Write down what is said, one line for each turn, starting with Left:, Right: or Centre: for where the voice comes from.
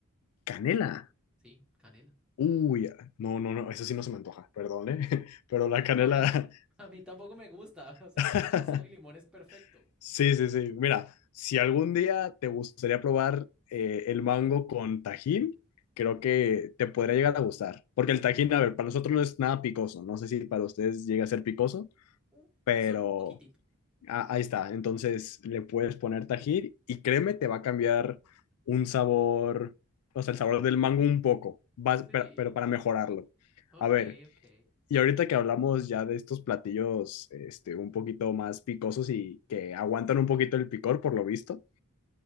Left: Canela.
Centre: ¿Sí? Canela.
Left: Uy, ah, no, no, no, eso sí no se me antoja, perdón, ¿eh? <laughs> Pero la canela.
Centre: No, a mí, a mí tampoco me gusta. <laughs> O sea,
Left: <laughs>
Centre: a mí con sal y limón es perfecto.
Left: Sí, sí, sí. Mira, si algún día te gustaría probar eh, el mango con tajín, creo que te podría llegar a gustar. Porque el tajín, a ver, para nosotros no es nada picoso. No sé si para ustedes llega a ser picoso,
Centre: Un-
Left: pero
Centre: solo un poquitito.
Left: a- ahí está. Entonces le puedes poner tajín y créeme, te va a cambiar un sabor, o sea, el
Centre: Mm,
Left: sabor del mango un poco, vas-
Centre: sí,
Left: pero, pero para mejorarlo.
Centre: ok,
Left: A ver,
Centre: ok.
Left: y ahorita que hablamos ya de estos platillos este, un poquito más picosos y que aguantan un poquito el picor, por lo visto,